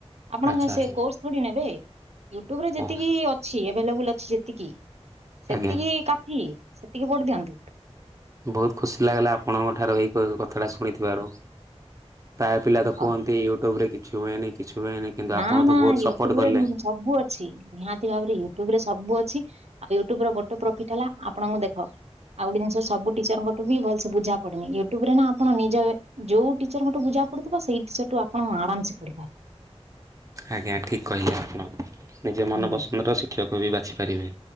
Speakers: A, on the right; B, on the right.
A: ଆପଣ
B: ଆଚ୍ଛା
A: କାଇଁ ସେ
B: ଆଚ୍ଛା
A: କୋର୍ସ ଥୋଡ଼ି ନେବେ ୟୁଟ୍ୟୁବରେ
B: ହଉ
A: ଯେତିକି- ଅଛି ଏଭେଲେବୁଲ ଅଛି ଯେତିକି ସେତିକି
B: ଆଜ୍ଞା।
A: କାଫି ସେତିକି ଭୋଟ ଦିଅନ୍ତୁ।
B: ବହୁତ ଖୁସି ଲାଗିଲା ଆପଣଙ୍କ ଠାରୁ ଏଇ କଥାଟା ଶୁଣିଥିବାରୁ। ପ୍ରାୟ ପିଲା ତ
A: ଆଉ
B: କୁହନ୍ତି ୟୁଟ୍ୟୁବ୍ ରେ କିଛି ହୁଏନି। କିଛି ହୁଏନି କିନ୍ତୁ
A: ନା
B: ଆପଣ
A: ନା
B: ତ ବହୁତ
A: ୟୁଟ୍ୟୁବ୍
B: ସପୋର୍ଟ କଲେ।
A: ରେ ସବୁ ଅଛି ନିହାତି ଭାବରେ ୟୁଟୁବ୍ ରେ ସବୁ ଅଛି। ଆଉ ୟୁଟ୍ୟୁବର ଗୋଟେ ପ୍ରଫିଟ ହେଲା ଆପଣଙ୍କୁ ଦେଖ ଆଉ ଗୋଟେ ଜିନିଷ ସବୁ ଟିଚରଙ୍କଠୁ ବି ଭଲସେ ବୁଝା ପଡ଼ୁନି ୟୁଟ୍ୟୁବ ରେ ନା ଆପଣ ନିଜ ଯୋଉ ଟିଚରଙ୍କଠୁ ବୁଝା ସେଇ ଟିଚର୍ସ ଆପଣ ଆରାମସେ ପଢ଼ି ପାରିବେ।
B: ଆଜ୍ଞା ଠିକ୍ କହିଲେ ଆପଣ ନିଜ ମନପସନ୍ଦର
A: ହୁଁ।
B: ଶିକ୍ଷକ ବି ବାଛି ପାରିବେ।